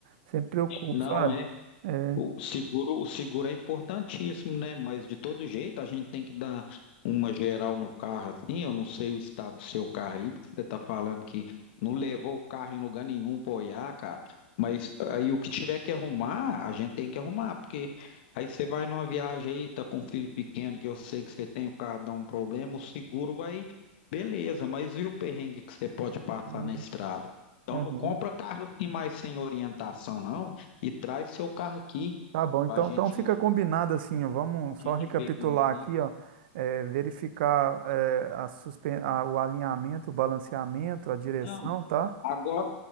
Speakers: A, on the right (about 60°); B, on the left (about 60°).
A: sempre preocupo,
B: Não,
A: sabe?
B: é.
A: É,
B: O seguro, o seguro é importantíssimo, né? Mas de todo jeito a gente tem que dar uma geral no carro, assim. Eu não sei o estado do seu carro aí, porque você tá falando que não levou o carro em lugar nenhum para olhar, cara. Mas aí o que tiver que arrumar, a gente tem que arrumar, porque aí você vai numa viagem aí, tá com um filho pequeno, que eu sei que você tem, o carro dá um problema, o seguro vai, beleza, mas e o perrengue que você pode passar
A: é
B: na estrada? Então
A: é
B: não
A: ruim.
B: compra carro assim mais sem orientação, não e traz seu carro aqui
A: Tá bom, então,
B: para gente,
A: então fica combinado assim, ó, vamos
B: a
A: só
B: gente
A: recapitular
B: ver como fica.
A: aqui, ó, é, verificar é, a suspen a- o alinhamento, o balanceamento, a direção,
B: Não,
A: tá?
B: agora